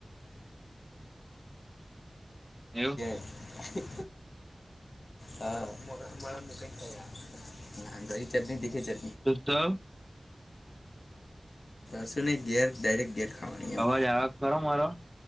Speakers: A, in the centre; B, on the left.
A: એવું
B: <unintelligible>
A: <inaudible>
B: <inaudible> હા <unintelligible> ચટણી
A: <inaudible>
B: <unintelligible> કશું નહીં ઘેર ડાયરેક્ટ ઘેર ખાવાની એમ
A: અવાજ આવે ખરો મારો